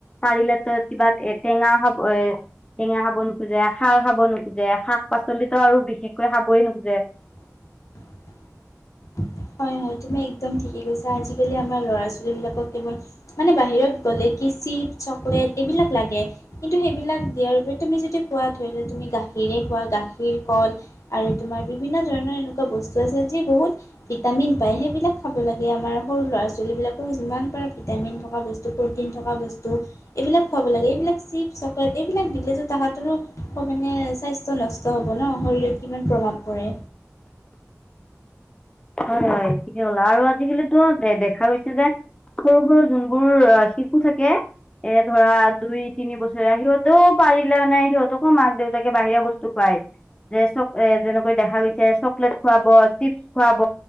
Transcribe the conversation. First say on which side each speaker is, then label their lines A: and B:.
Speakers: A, on the left; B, on the left.
A: পাৰিলেতো এ কিবা এ টেঙা হ'ব এ টেঙা খাব নোখোজে, খাৰ খাব নোখোজে, শাক পাচলিতো আৰু বিশেষকৈ খাবই নোখোজে।
B: <inaudible> হয়, তুমি একদম ঠিকে কৈছা আজিকালি আমাৰ ল'ৰা ছোৱালীবিলাকক কেৱল মানে বাহিৰত গ'লে কি চি চিপ চকলেট এইবিলাক লাগে কিন্তু সেইবিলাক দিয়ৰবি তুমি যদি কোৱা ধৰি লোৱা যদি গাখীৰে খো পোৱা গাখীৰ, কল আৰু তোমাৰ বিভিন্ন ধৰণৰ এনেকুৱা বস্তু আছে যি বহুত ভিটামিন পায় সেইবিলাক খাব লাগে আমাৰ সৰু ল'ৰা ছোৱালীবিলাকো যিমান পাৰে ভিটামিন থকা বস্তুবোৰ মিন থকা বস্তু, এইবিলাক খুৱাব লাগে এইবিলাক চিপছ চকলেট এইবিলাক দিলে যে তাহাঁতৰো মানে এ স্বাস্থ্য নষ্ট হব ন' শৰীৰত কিমান প্ৰভাৱ পৰে।
A: হয়, হয়, ঠিকে ক'লা আৰু আজিকালিতো এ দেখা গৈছে যে সৰু, সৰু যোনবোৰ শিশু থাকে এ ধৰা দুই তিনি বছৰে সিহঁতেও পাৰিলে মানে সিহঁতকো মাক দেউতাকে বাহিৰা বস্তু খুৱাই। যে চব এ যেনেকৈ দেখা গৈছে চকলেট খুৱাব চিপছ খুৱাব।